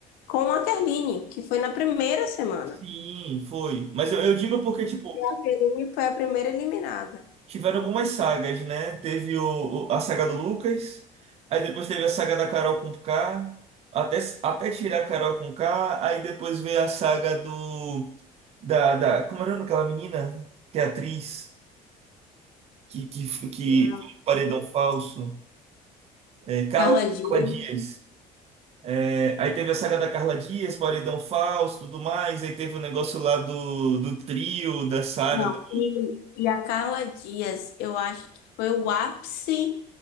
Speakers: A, on the left (about 80°); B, on the right (about 40°).
A: com a Kerline, que foi na primeira semana.
B: Sim, foi. Mas eu, eu digo porque, tipo,
A: E a Kerline foi a primeira eliminada.
B: tiveram algumas sagas, né? Teve o, o- a saga do Lucas, aí depois teve a saga da Carol com K, até, até tirar a Carol com K, aí depois veio a saga do. Da, da, como era o nome daquela menina? Que é atriz, que, que, que
A: E a
B: paredão falso. É, Carla,
A: Carla Dias.
B: Carla Dias. É, aí teve a saga da Carla Dias, Paredão Falso, tudo mais. Aí teve o negócio lá do, do trio, da Sara,
A: Não,
B: do
A: e, e a Carla Dias, eu acho que foi o ápice